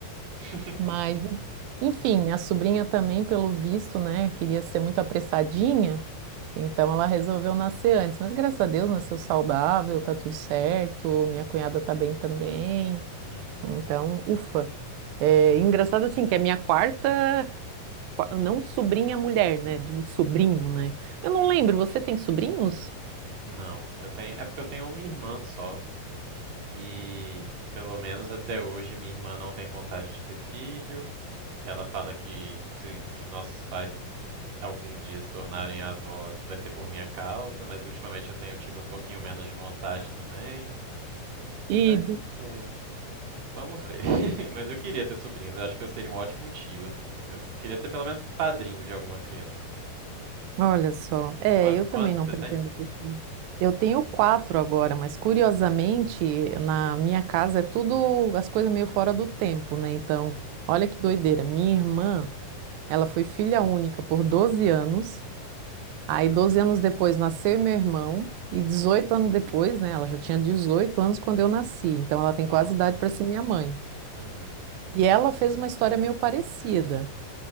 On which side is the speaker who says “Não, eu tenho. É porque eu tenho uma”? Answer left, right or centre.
Right